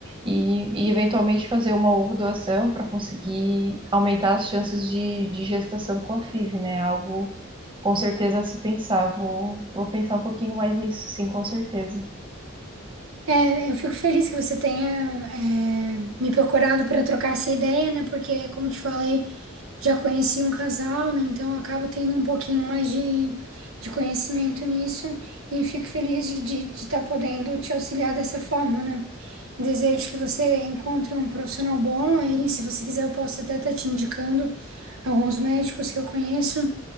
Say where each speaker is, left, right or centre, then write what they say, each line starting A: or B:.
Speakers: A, on the right; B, on the right.
A: e, e eventualmente fazer uma ovo doação para conseguir aumentar as chances de, de gestação com a FIV, né? Algo com certeza a se pensar. Vou, vou pensar um pouquinho mais nisso, sim, com certeza.
B: É, eu fico feliz que você tenha, é, me procurado para trocar essa ideia, né? Porque, como eu te falei, já conheci um casal, né? Então, eu acabo tendo um pouquinho mais de, de conhecimento nisso e fico feliz de estar podendo te auxiliar dessa forma, né? Desejo que você encontre um profissional bom aí. Se você quiser, eu posso até estar te indicando alguns médicos que eu conheço.